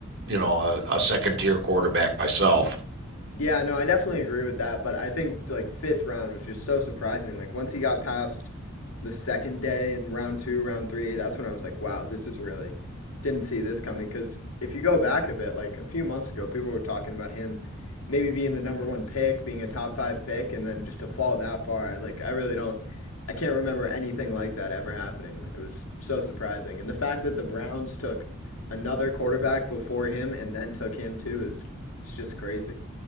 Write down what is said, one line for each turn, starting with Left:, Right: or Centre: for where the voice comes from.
Right: you know a, a second tier quarterback myself.
Left: Yeah, no, I definitely agree with that, but I think like fifth round was just so surprising. Like once he got past the second day in round two, round three, that's when I was like, wow, this is really didn't see this coming. Because if you go back a bit, like a few months ago, people were talking about him maybe being the number one pick, being a top five pick, and then just to fall that far, I like I really don't, I can't remember anything like that ever happening. It was so surprising, and the fact that the Browns took another quarterback before him and then took him too is it's just crazy.